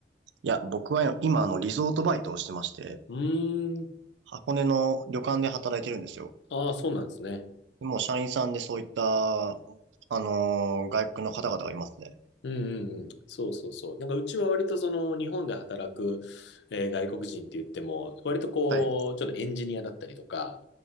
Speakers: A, on the right (about 80°); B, on the left (about 80°).
A: いや、僕は今あのリゾートバイトをしてまして、
B: うーん、
A: 箱根の旅館で働いてるんですよ。
B: ああ、そうなんですね。
A: でもう社員さんでそういった、あのー外国の方々がいますね。
B: うんうんうん、そうそうそう。なんかうちは割とその日本で働く、えー外国人って言っても、割とこう、
A: はい。う
B: ちょっとエンジニアだったりとか、